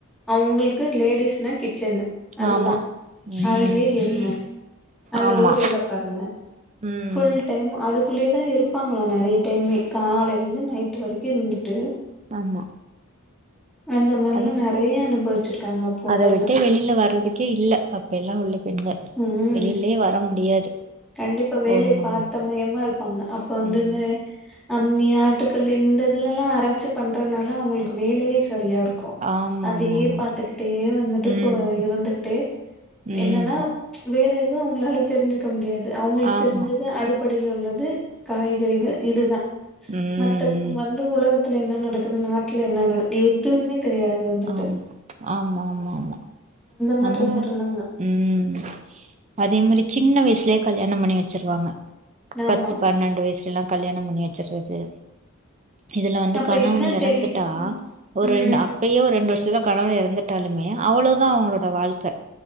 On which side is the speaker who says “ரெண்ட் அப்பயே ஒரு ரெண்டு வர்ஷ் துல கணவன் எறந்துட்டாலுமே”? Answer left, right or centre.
Right